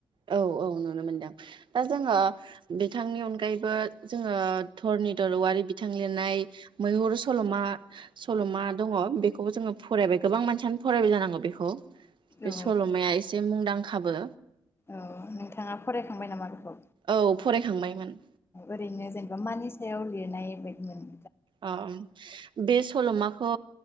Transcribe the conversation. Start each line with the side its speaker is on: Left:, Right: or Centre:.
Right: औ औ नुनो मोनदों दा जोङो बिथांनि अनगायैबो जोङो धरनिधर'वारि बिथां लिरनाय मैहुर सल'मा सल'मा दङ बेखौबो जोङो फरायबाय गोबां मानसियानो फरायबाय जानांगौ बेखौ बे
Left: औ
Right: सल'माया एसे मुंदां खाबो
Left: औ नोंथाङा फरायखांबाय नामा बेखौ
Right: औ फराय खांबायमोन।
Left: ओरैनो जेनेबा मानि सायाव लिरनाय बायदि मोन
Right: औ बे सल'माखौ